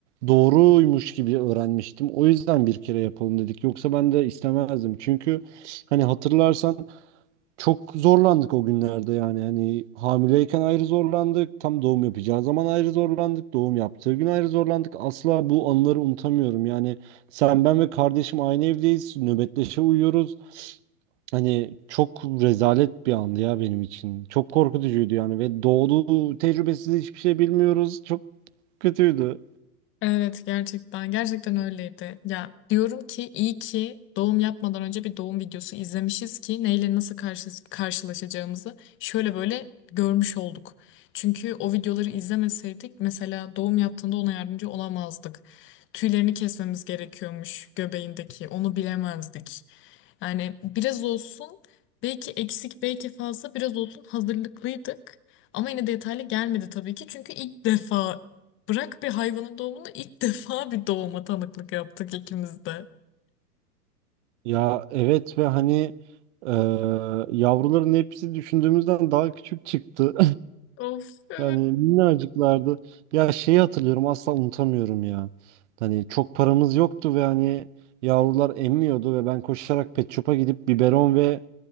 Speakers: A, on the right; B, on the left.
A: doğruymuş gibi öğrenmiştim. O yüzden bir kere yapalım dedik. Yoksa ben de istemezdim. Çünkü hani hatırlarsan Çok zorlandık o günlerde yani hani hamileyken ayrı zorlandık, tam doğum yapacağı zaman ayrı zorlandık, doğum yaptığı gün ayrı zorlandık. Asla bu anıları unutamıyorum. Yani sen ben ve kardeşim aynı evdeyiz, nöbetleşe uyuyoruz. Hani çok rezalet bir andı ya benim için. Çok korkutucuydu yani ve doğduğu tecrübesiz hiçbir şey bilmiyoruz. Çok kötüydü.
B: Evet gerçekten gerçekten öyleydi. Ya diyorum ki iyi ki doğum yapmadan önce bir doğum videosu izlemişiz ki neyle nasıl karşı, karşılaşacağımızı şöyle böyle görmüş olduk. Çünkü o videoları izlemeseydik mesela doğum yaptığında ona yardımcı olamazdık. Tüylerini kesmemiz gerekiyormuş göbeğindeki onu bilemezdik. Yani biraz olsun belki eksik belki fazla biraz olsun hazırlıklıydık. Ama yine detaylı gelmedi tabii ki çünkü ilk defa Bırak bir hayvanın doğumunu ilk <laughs> defa bir doğuma tanıklık yaptık ikimiz de.
A: Ya evet ve hani eee, yavruların hepsi düşündüğümüzden daha küçük çıktı.
B: Of evet.
A: Yani minnacıklardı. Ya şeyi hatırlıyorum asla unutamıyorum ya. Hani çok paramız yoktu ve hani yavrular emmiyordu ve ben koşarak pet shop'a gidip biberon ve